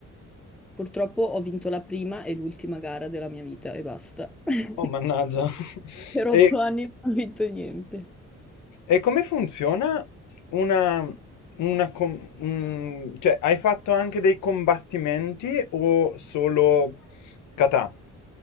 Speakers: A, in the centre; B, on the left.
A: Purtroppo ho vinto la prima e l'ultima gara della mia vita e basta. <laughs>
B: Oh, mannaggia. <laughs>
A: Per otto
B: E,
A: anni non ho vinto niente.
B: e come funziona una, una com- mm, cioè, hai fatto anche dei combattimenti o solo kata?